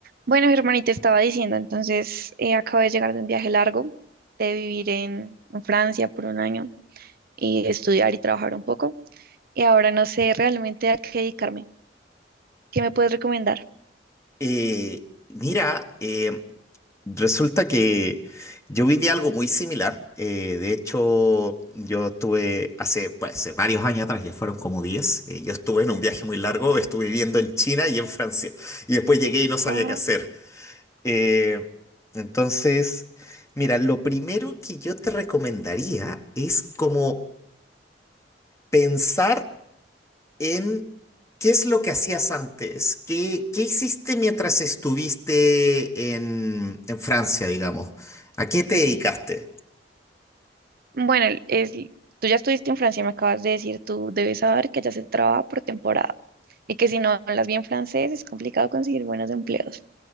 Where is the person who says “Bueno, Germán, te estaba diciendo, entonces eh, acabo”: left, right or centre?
Right